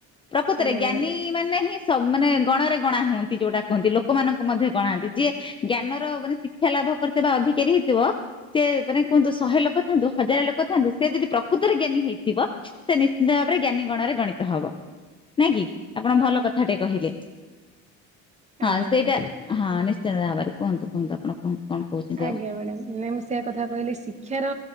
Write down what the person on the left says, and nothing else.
ପ୍ରକୃତରେ
ଜ୍ଞାନୀ
ମାନେ ହିଁ ସବୁ ମାନେ ଗଣରେ ଗଣା ହୁଅନ୍ତି ଯୋଉଟା କୁହନ୍ତି ଲୋକମାନଙ୍କୁ ମଧ୍ୟ ଗଣାନ୍ତି ଯିଏ ଜ୍ଞାନର ମାନେ ଶି ଶିକ୍ଷା ଲାଭ କରିଥିବା ଅଧିକାରୀ ହେଇଥିବ ସେ ମାନେ କୁହନ୍ତୁ ଶହେ ଲୋକ ଥାନ୍ତୁ ହଜାର ଲୋକ ଥାନ୍ତୁ ସେ ଯଦି ପ୍ରକୃତରେ ଜ୍ଞାନୀ ହେଇଥିବ ସେ ନିଶ୍ଚିିତ ଭାବରେ ଜ୍ଞାନୀ ଗଣରେ ଗଣିତ ହବ ନାଇଁ କି ଆପଣ ଭଲ କଥାଟେ କହିଲେ। ହଁ
ସେଇଟା
ହଁ ନିଶ୍ଚିନ୍ତ ଭାବରେ କୁହନ୍ତୁ କୁହନ୍ତୁ। ଆପଣ କୁହନ୍ତୁ କଣ? କହୁଛନ୍ତି
ଆଉ।